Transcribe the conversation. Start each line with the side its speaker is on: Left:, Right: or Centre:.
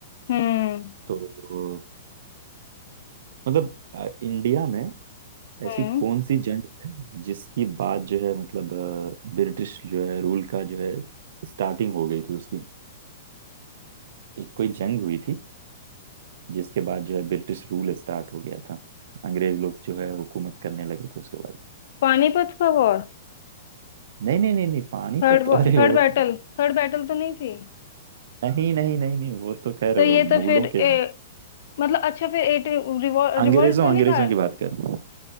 Left: हम्म
Right: तो मतलब अ, इंडिया में ऐसी
Left: हम्म
Right: कौन सी जंग है जिसकी बात जो है मतलब अ, ब्रिटिश जो है रूल का जो है स्टार्टिंग हो गई थी उसकी एक कोई जंग हुई थी जिसके बाद जो है ब्रिटिश रूल स्टार्ट हो गया था अंग्रेज लोग जो है हुकूमत करने लगे थे उसके बाद
Left: पानीपत का war
Right: नहीं नहीं नहीं नहीं पानीपत
Left: Third
Right: तो अरे
Left: third
Right: वो
Left: battle
Right: तो
Left: third battle तो नहीं थी
Right: नहीं नहीं नहीं नहीं वो तो खैर
Left: तो ये
Right: मुगलों
Left: तो फिर ए,
Right: के
Left: मतलब अच्छा फिर एट रिवोल्ट
Right: अंग्रेजों
Left: तो
Right: अंग्रेजों
Left: नहीं था
Right: की बात कर